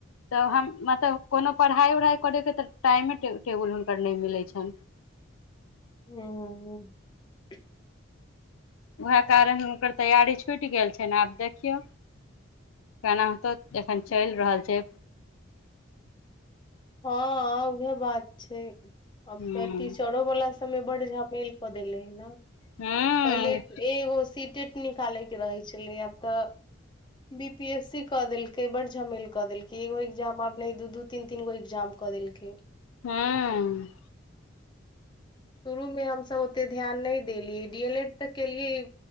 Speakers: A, on the left; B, on the left.
A: तऽ हम मतलब कोनो पढ़ाइ उढ़ाइ करैके तऽ टाइमे टेबुल हुनकर नहि मिलै छनि
B: ह
A: उएह कारण कर तैयारी छुटि गेल छै ने आब देख देखियौ केना होतौ एखन चलि रहल छै
B: हँ उहे बात छै। अब
A: हूँ
B: तोर टीचरो वाला समय बड् झमेल कऽ देले है ने
A: हूँ
B: पहिले एगो सी टेट निकाले के रहे छले आब तऽ, बी पी एस सी क देलकै बड झमेल क देलकै एगो एग्जाम आब नहि दू दू तीन तीन गो एग्जाम कऽ देलकै
A: हँ
B: शुरूमे हमसभ ओते ध्यान नहि देलियै, डी एल एड तऽ केलियै